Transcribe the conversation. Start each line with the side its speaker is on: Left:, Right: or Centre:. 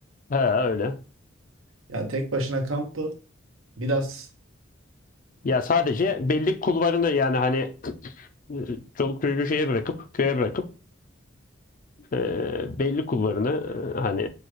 Left: He öyle.
Right: Yani tek başına kamp da biraz
Left: Ya sadece belli kulvarını yani hani e, çoluk çocuğu şeye bırakıp köye bırakıp e, belli kulvarını e, hani